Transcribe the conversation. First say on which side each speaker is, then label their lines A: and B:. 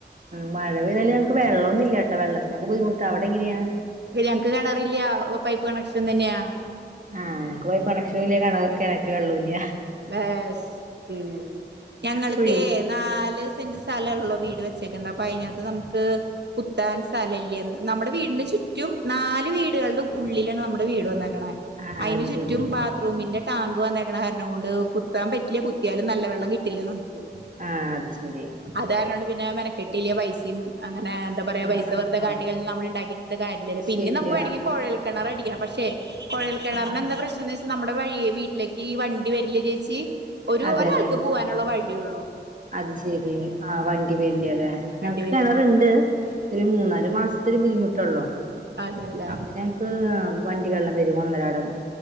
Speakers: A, on the right; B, on the right.
A: മഴ പെയ്താലുംഞങ്ങക്ക് വള്ളൊന്നില്ലട്ടോ വെള്ളത്തിനൊക്കെ ബുദ്ധിമുട്ട അവിടെ എങ്ങനെയാ
B: പിന്നെ ഞങ്ങക്ക് കെണറില്ല പൈപ്പ് കണക്ഷൻ തന്നെയാ
A: ആഹ് ഞങ്ങക്ക് പൈപ്പ് കണക്ഷനുംല്ല കണ കിണറ്റിൽ വെള്ളല്ല
B: ബസ് ഞങ്ങൾക്ക്
A: പിന്നെ
B: നാല് സെന്റ് സ്ഥലം ഉള്ളു വീട് വെച്ചേക്കണ്ട് അപ്പൊ അതിനകത്ത് നമക്ക് കുത്താൻ സ്ഥലല്ല നമ്മടെ വീടിന് ചുറ്റും നാല് വീടുകളുടെ ഉള്ളിലാണ് നമ്മടെ വീട് വന്നാക്കണെ
A: ആഹ്
B: അതിനു
A: അത്
B: ചുറ്റും
A: ശരി
B: ബാത്റൂമിന്റെ ടാങ്ക് വന്നേക്ണ കാരണം കൊണ്ട്കുത്ത് കുത്താൻ പറ്റില്ല കുത്തിയാലും നല്ല വെള്ളം കിട്ടില്ല നമക്ക്
A: ആഹ് അത് ശരി
B: അത് കാരണംണ്ട് പിന്നെ മെനക്കെട്ടില പൈസിം അങ്ങനെ എന്താ പറയാ
A: ആഹ്
B: പൈസ
A: ആഹ്
B: വറുതെ
A: ആഹ് ആഹ്
B: കാട്ടൾ നമ്മ ഇ ണ്ടാക്കിയിട്ട്ട്ട് കാര്യല്ലല്ലോ പിന്നെ
A: ശരിയാ
B: നമുക്ക്‌ വേണെങ്കി കോഴൽക്കിണർ അടിക്കണം പക്ഷെ കൊഴൽ കിണറിന്
A: ആഹ്
B: എന്താ പ്രശ്നം എന്ന് വെച്ചാ നമ്മുടെ വഴിയെ വീട്ടിലേക്ക് ഈ വണ്ടി വരില ചേച്ചി ഒരു
A: അതെല്ലേ
B: ഒരാൾക്ക് പോവാനുള്ള വഴിയള്ളൂ
A: അത് ശെരി ആഹ് വണ്ടി വരില്ലല്ലേ ഞങ്ങക്ക്
B: വണ്ടി വരില്ല
A: കെണറുണ്ട് ഒരു മൂന്നാല് മാസത്തെ ഒരു ബുദ്ധിമുട്ടുള്ളോ
B: അതെല്ലേ
A: അപ്പൊ ഞങ്ങക് ക്ക് വണ്ടി വെള്ളം വരും ഒന്നരാടം